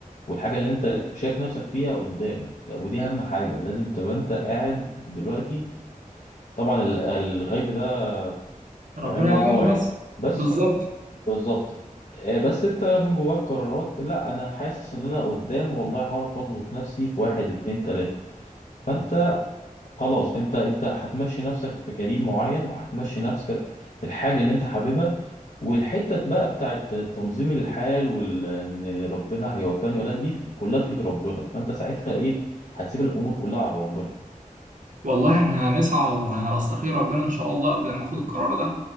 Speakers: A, on the left (about 60°); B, on the right (about 65°).
A: والحاجة اللي انت شايف نفسك فيها قدام ودي اهم حاجة لازم تبقى انت قاعد دلوقتي طبعا ال- الغيب ده في
B: ربنا
A: علم
B: يعلمه
A: الله يعني
B: بس
A: بس
B: بالظبط
A: بالظبط آه، بس انت من جواك قرارات لا انا حاسس ان انا قدام والله هعرف اظبط نفسي في واحد اتنين تلاتة فانت خلاص انت انت هتمشي نفسك في كارير معين وهتمشي نفسك في الحاجة اللي انت حاببها والحتة بقى بتاعت تنظيم الحال وال ان ربنا هيوفاني ولا لأ، دي في- كلها في ايد ربنا فانت ساعتها ايه هتسيب الامور كلها على ربنا
B: والله احنا هنسعى وه- واستخير ربنا ان شاء الله قبل ما اخد القرار ده